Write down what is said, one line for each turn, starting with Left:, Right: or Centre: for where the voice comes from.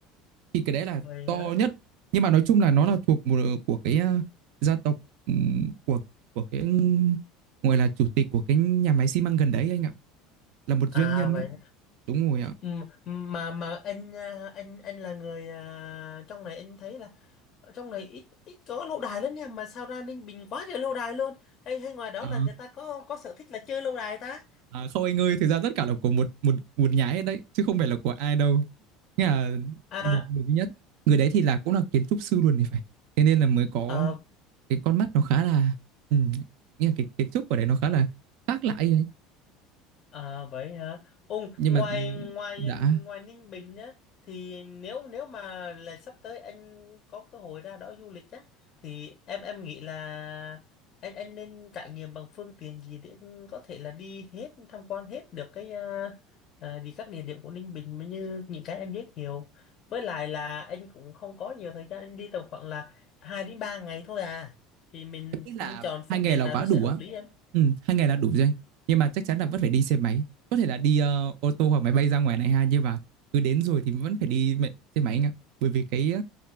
Right: thì cái đấy là
Left: vậy
Right: to
Left: hả
Right: nhất nhưng mà nói chung là nó là thuộc một của cái ờ, gia tộc ừm, của của cái ừm, gọi là chủ tịch của cái nhà máy xi măng gần đấy anh ạ là một
Left: à
Right: doanh nhân
Left: vậy
Right: á đúng rồi ạ
Left: Ừ, mà mà anh à, anh anh là người à, trong này anh thấy là ở trong này ít ít có lâu đài lắm nha mà sao ra Ninh Bình quá trời lâu đài luôn hay hay ngoài đó
Right: Ờ,
Left: là người ta có có sở thích là chơi lâu đài ta
Right: à, không anh ơi, thực ra tất cả là của một một một nhà hết đấy, chứ không phải là của ai đâu. Nghĩa là
Left: à,
Right: một người duy nhất. Người đấy thì là cũng là kiến trúc sư luôn thì phải. Thế nên là mới có
Left: à
Right: cái con mắt nó khá là ừ, nghĩa là cái kiến trúc ở đấy nó khá là khác lại ấy.
Left: À vậy hả? Ông
Right: Nhưng
Left: ngoài
Right: mà ừ,
Left: ngoài
Right: dạ,
Left: ngoài Ninh Bình á thì nếu nếu mà là sắp tới anh có cơ hội ra đó du lịch á thì em em nghĩ là anh anh nên trải nghiệm bằng phương tiện gì để anh có thể là đi hết tham quan hết được cái à, à, đi các địa điểm của Ninh Bình mà như những cái em biết nhiều. Với lại là anh cũng không có nhiều thời gian anh đi tầm khoảng là 2 đến 3 ngày thôi à. Thì mình
Right: em nghĩ là
Left: chọn
Right: hai
Left: phương
Right: ngày
Left: tiện
Right: là
Left: nào
Right: quá
Left: nó
Right: đủ
Left: sẽ hợp
Right: á.
Left: lý em.
Right: Ừ, hai ngày là đủ rồi anh. Nhưng mà chắc chắn là vẫn phải đi xe máy. Có thể là đi ờ, ô tô hoặc máy bay ra ngoài này ha, nhưng mà cứ đến rồi thì vẫn phải đi mẹ- xe máy anh ạ. Bởi vì cái